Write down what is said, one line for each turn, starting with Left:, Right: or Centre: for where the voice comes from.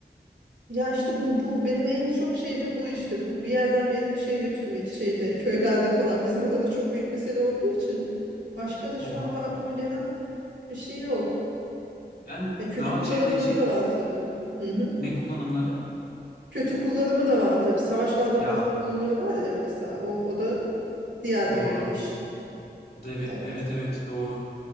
Right: Ya işte bu bu benim en çok şey de bu işte. Bu bir yerden bir yere bir şey götürmek şeyde köylerde falan. Bizim orada da çok büyük mesele olduğu için başka da
Left: Doğru.
Right: şu anda aklıma gelen bir şey yok.
Left: Ben
Right: E, kötü
Left: daha
Right: kullanımları
Left: çevreci
Right: da var tabii. Hı hı.
Left: ne kullanımları?
Right: Kötü kullanımı da var tabii. Savaşlarda
Left: Ya
Right: falan kullanıyorlar ya mesela. O, o da diğer
Left: doğru.
Right: bir yönü işin.
Left: Deve,
Right: Evet.
Left: evet evet doğru.